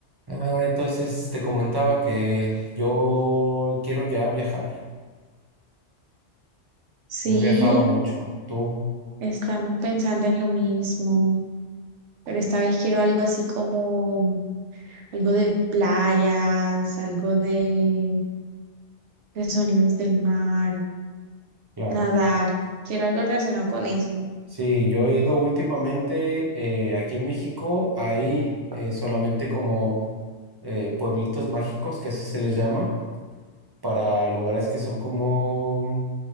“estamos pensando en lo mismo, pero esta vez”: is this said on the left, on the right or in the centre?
Right